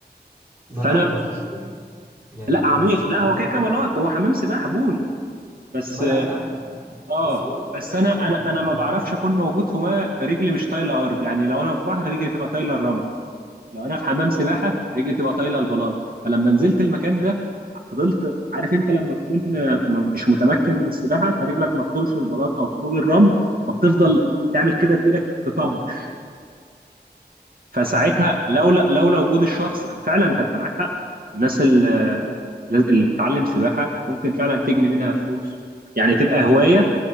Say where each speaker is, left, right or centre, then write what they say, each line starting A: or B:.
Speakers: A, on the right; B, on the right.
A: ما
B: فانا
A: اه ما فيهوش طوب يعني
B: لا
A: م-
B: عميق
A: ما فيش ارض
B: لا هو كده
A: تحتك
B: كده بلاط هو حمام سباحه بول بس
A: ما انا انا عارف عارف
B: اه
A: بس هو
B: بس
A: وقت
B: انا
A: شوية
B: انا
A: لتحت
B: انا ما
A: يعني
B: بعرفش اكون موجود في ميه رجلي مش طايله ارض يعني لو انا في بحر رجلي تبقى طايله الرمل لو انا في حمام سباحه رجلي تبقى طايله البلاط فلما نزلت المكان ده فضلت عارف انت لما تكون م- مش متمكن من السباحه فرجلك ما تطولش البلاط او تطول الرمل فبتفضل تعمل كده بايدك تطبش فساعتها
A: فاهمك اه
B: لولا لولا وجود الشخص فعلا فانت معاك حق الناس اللي, اللي بتتعلم سباحه ممكن فعلا تجني منها فلوس يعني تبقى هوايه